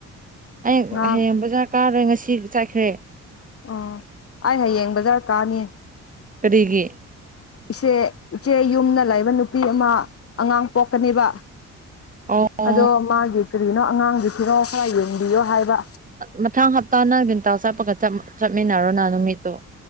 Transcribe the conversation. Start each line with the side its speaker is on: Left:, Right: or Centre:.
Right: ꯑꯩ
Left: ꯉꯍꯥꯛ
Right: ꯍꯌꯦꯡ ꯕꯖꯥꯔ ꯀꯥꯔꯣꯏ ꯉꯁꯤ ꯆꯥꯠꯈ꯭ꯔꯦ꯫
Left: ꯑꯣ ꯑꯩ ꯍꯌꯦꯡ ꯕꯖꯥꯔ ꯀꯥꯅꯤ꯫
Right: ꯀꯔꯤꯒꯤ꯫
Left: ꯏꯆꯦ ꯏꯆꯦ ꯌꯨꯝꯗ ꯂꯩꯕ ꯅꯨꯄꯤ ꯑꯃ ꯑꯉꯥꯡ ꯄꯣꯛꯀꯅꯤꯕ꯫
Right: ꯑꯣ
Left: ꯑꯗꯣ ꯃꯥꯒꯤ ꯀꯔꯤꯅꯣ ꯑꯉꯥꯡꯒꯤ ꯐꯤꯔꯣꯜ ꯈꯥꯔ ꯌꯦꯡꯕꯤꯌꯣ ꯍꯥꯏꯕ꯫
Right: ꯃꯊꯥꯡ ꯍꯞꯇꯥ ꯅꯪ ꯆꯠꯄꯒ ꯆꯠꯃꯤꯟꯅꯔꯣꯅ ꯅꯨꯃꯤꯠꯇꯣ꯫